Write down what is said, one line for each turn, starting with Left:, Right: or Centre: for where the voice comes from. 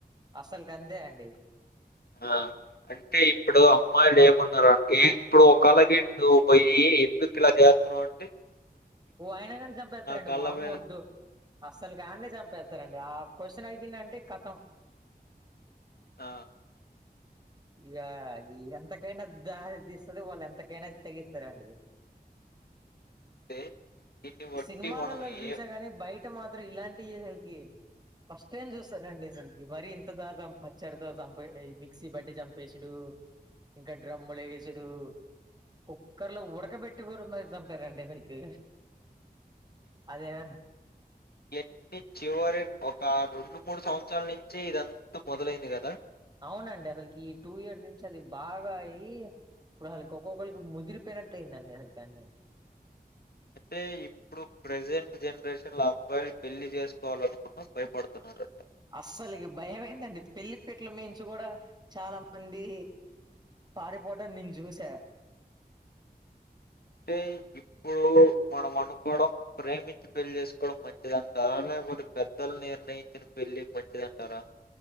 Right: అస్సలుకు అంతే అండి
Left: ఆ అంటే ఇప్పుడు అమ్మాయిలు ఏమన్నారంటే ఇప్పుడు ఒకలాకి నువ్వు పోయి ఎందుకు ఇలా చేస్తున్నావు
Right: ఓ అయినా కానీ చంపేస్తారండి
Left: కాళ్ళ
Right: వామ్మోడు
Left: మీద
Right: అస్సలుకి అడ్నే చంపేస్తారండి ఆ క్వశ్చన్ అడిగిండంటే కథం
Left: ఆ
Right: ఇగ అది ఎంతకైనా దారి తీస్తది వాళ్ళు ఎంతకైనా తెగిత్తారండి
Left: అంటే దీన్ని బట్టి
Right: సినిమాలలో
Left: మనం
Right: చూసా
Left: ఏంటి
Right: గాని బయ ట మాత్రం ఇలాంటియి అసలుకి ఫస్ట్ టైం చూస్తానండి అసలు మరి ఇంత దారుణం పచ్చడితో చంపే ఈ మిక్సీ బ ట్టి చంపేసుడు ఇంకా డ్రమ్‌లో ఎసుడు కుక్కర్లో ఉడకబెట్టి కూడా మరి చంపారండి అసలుకు అదేమన్నా
Left: ఇయన్ని చివరి ఒక రెండు మూడు సంవత్సరాల నుంచి ఇదంతా మొదలైంది కదా
Right: అవునండి అసలుకి ఈ టూ ఇయర్స్ నుంచి అది బాగా అయి ఇప్పుడు అళ్లకి ఒక్కొక్కళ్ళకి ముదిరిపోయినట్లయ్యిందండి అసలు అన్ని
Left: అంటే ఇప్పుడు ప్రెజెంట్ జనరేషన్‌లో అబ్బయిలు పెళ్లి చేసుకోవాలను కున్న భయపడుతున్నారు
Right: అస్సలుకి భయమైందండి పెళ్లి పీటల మీనుంచి కూడా చాలా మంది పారిపోవటం నేను చూసా
Left: అంటే ఇప్పుడు మనం అనుకోవడం ప్రేమించి పెళ్లి చేసుకోవడం మంచిదంటా లేకపోతే పెద్దలు నిర్ణయించిన పెళ్ళి మంచిదంటారా